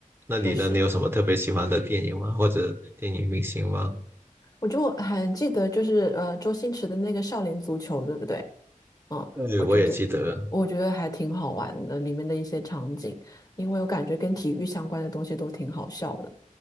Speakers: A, on the right (about 20°); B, on the left (about 30°).
A: 那你呢？
B: 确实，
A: 你有什么特别喜欢的电影吗？或者电影明星吗？
B: 我就还记得就是呃周星驰的那个《少林足球》，对不对？嗯，
A: 对，
B: 我觉得
A: 我也记得，
B: 我觉得还挺好玩的，里面的一些场景，因为我感觉跟体育相关的东西都挺好笑的。